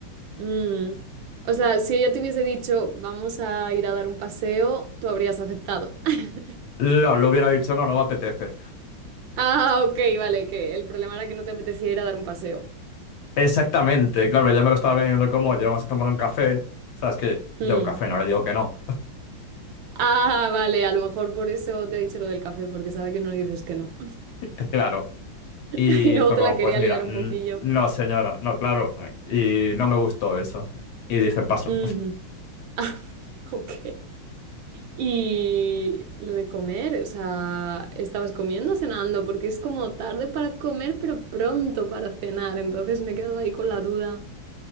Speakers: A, on the right; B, on the left.
A: Mm. O sea, si ella te hubiese dicho, vamos a ir a dar un paseo, tú habrías aceptado. <laughs>
B: No, lo hubiera dicho, no, no me apetece.
A: Ah, ok, vale, que el problema era que no te apetecía ir a dar un paseo.
B: Exactamente, claro, ya me lo estaba vendiendo como, ya vamos a tomar un café. Sabes que
A: Mm.
B: yo a un café no le digo que no.
A: Ah, vale, a lo mejor por eso te he dicho lo del café, porque sabe que no le dices que no.
B: <laughs> Claro.
A: <laughs>
B: Y
A: Y luego
B: fue
A: te
B: como,
A: la quería
B: pues mira,
A: liar un
B: n-
A: poquillo.
B: no, señora, no, claro. Y no me gustó eso. Y dije, paso.
A: Ujú. Ah, <laughs> ok. Y lo de comer, o sea, ¿estabas comiendo o cenando? Porque es como tarde para comer, pero pronto para cenar. Entonces me he quedado ahí con la duda.